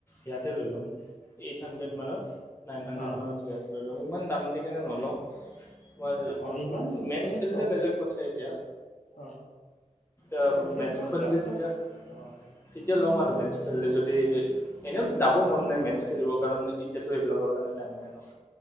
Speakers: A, on the left; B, on the left.
A: ইয়াতে লৈ ল'ম। এইট হাড্ৰেড মানত নাইন হাড্ৰেড
B: অ
A: মানত স হলৈও ইমান দাম দি কেনে নলওঁ। তোমাৰ
B: অ ইমান
A: মেটছ
B: মানে
A: খেললে
B: প্ৰ
A: বেলেগ কথা এতিয়া
B: অ
A: এ
B: প্ৰফেচনেল
A: মেটছ খেললে
B: গ্ৰাফছৰ
A: তিতিয়া
B: অ
A: লম আৰু <unintelligible> আৰু মেথছ খেলিলে যদি এনেওতো যাব মন নাই মেথছ খেলিব কাৰণ এতিয়াতো এইেইবিলাকৰ কাৰণে টাইম নাই ন।